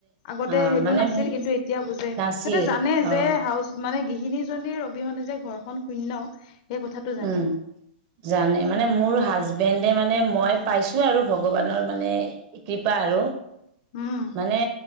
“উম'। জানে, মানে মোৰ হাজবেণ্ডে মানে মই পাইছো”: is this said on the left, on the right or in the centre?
Right